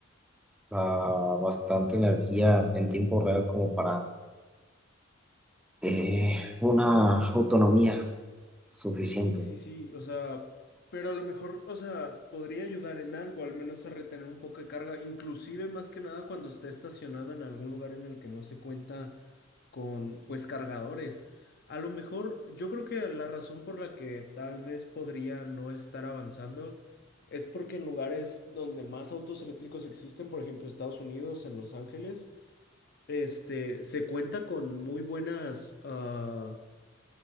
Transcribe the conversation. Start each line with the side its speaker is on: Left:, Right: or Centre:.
Centre: la bastante energía en tiempo real como para eh, una autonomía suficiente.
Left: Sí, sí, sí, o sea, pero a lo mejor, o sea, podría ayudar en algo, al menos a retener un poco de carga, inclusive más que nada cuando esté estacionado en algún lugar en el que no se cuenta con, pues, cargadores. A lo mejor, yo creo que la razón por la que tal vez podría no estar avanzando es porque en lugares donde más autos eléctricos existen, por ejemplo, Estados Unidos, en Los Ángeles, este, se cuenta con muy buenas, ah